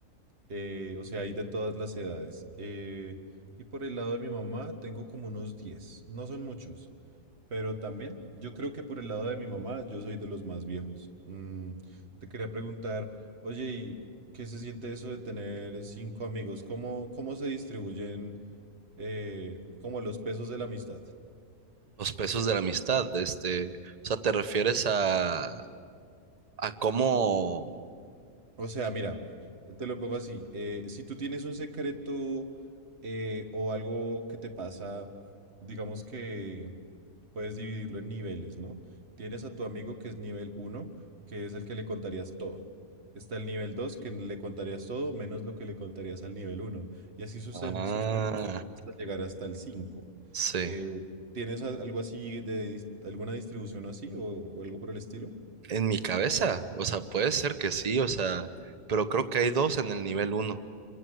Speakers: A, on the right; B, on the right.
A: Eh, o sea, hay de todas las edades. Eh, y por el lado de mi mamá tengo como unos diez, No son muchos, pero también yo creo que por el lado de mi mamá yo soy de los más viejos. Mm, te quería preguntar, oye, ¿y qué se siente eso de tener cinco amigos? ¿Cómo, cómo se distribuyen eh, como los pesos de la amistad?
B: Los pesos de la amistad, este, o sea, ¿te refieres a, a cómo?
A: O sea, mira, te lo pongo así. eh, si tú tienes un secreto eh, o algo que te pasa, digamos que puedes dividirlo en niveles, ¿no? Tienes a tu amigo que es nivel uno, que es el que le contarías todo. Está el nivel 2, que le contarías todo menos lo que le contarías al nivel uno, Y así susen-
B: Ah,
A: suspensión hasta llegar hasta el 5.
B: sí.
A: Eh, ¿tienes a- algo así de dis- alguna distribución así o, o algo por el estilo?
B: En mi cabeza, o sea, puede ser que sí, o sea, pero creo que hay dos en el nivel uno.